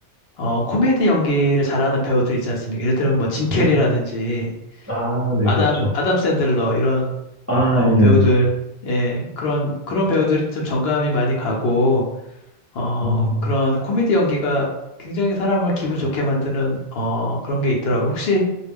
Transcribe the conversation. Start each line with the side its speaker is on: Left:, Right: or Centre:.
Left: 어, 코미디 연기를 잘하는 배우들 있지 않습니까? 예를 들면 뭐, 짐 캐리라든지,
Right: 음, 아, 네,
Left: 아담,
Right: 그렇죠.
Left: 아담 샌들러, 이런,
Right: 아,
Left: 어,
Right: 예,
Left: 배우들,
Right: 예, 예.
Left: 예, 그런, 그런 배우들이 좀 정감이 많이 가고, 어,
Right: 음,
Left: 그런 코미디 연기가 굉장히 사람을 기분 좋게 만드는, 어, 그런 게 있더라고요. 혹시